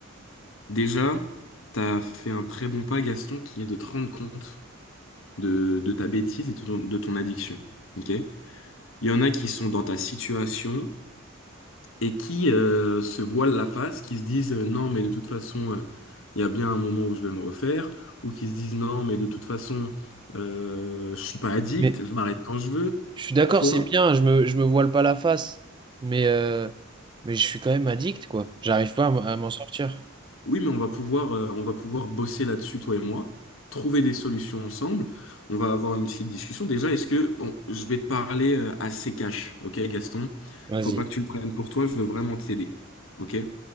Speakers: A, on the left; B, on the right.
A: Déjà, t'as fait un très bon pas, Gaston, qui est de te rendre compte de, de ta bêtise et de ton, de ton addiction. Ok? Il y en a qui sont dans ta situation et qui euh, se voilent la face, qui se disent euh, non, mais de toute façon, euh, il y a bien un moment où je vais me refaire, ou qui se disent non, mais de toute façon, euh, je suis pas addict,
B: Mais
A: je m'arrête quand je veux.
B: je suis d'accord,
A: Toi?
B: c'est bien, je me, je me voile pas la face, mais, euh, mais je suis quand même addict, quoi. J'arrive pas à m- à m'en sortir.
A: Oui, mais on va pouvoir, euh, on va pouvoir bosser là-dessus, toi et moi, trouver des solutions ensemble. On va avoir une petite discussion. Déjà, est-ce que bon, je vais te parler euh, assez cash, ok, Gaston?
B: Vas-y.
A: Faut pas que tu le prennes pour toi. Je veux vraiment t'aider, ok?